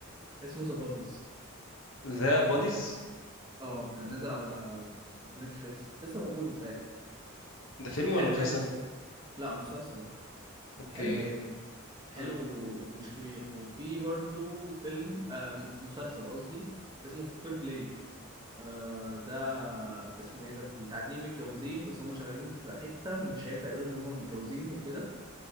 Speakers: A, on the right; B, on the left.
A: اسمه ذا بوديز
B: ذا باديز
A: اه كان نازل على نتفليكس لسه موجود متهيألي
B: ده فيلم
A: حلو
B: ولا مسلسل
A: يعني لا مسلسل
B: اوكي
A: حلو يعني حلو
B: امم
A: ومش كبير وفي برضو فيلم آه مسلسل قصدي اسمه فير بلاي آه ده اسمه ايه ده بتاع اتنين متجوزين بس هم شغالين في حتة مش هينفع يقولوا ان هم متجوزين وكده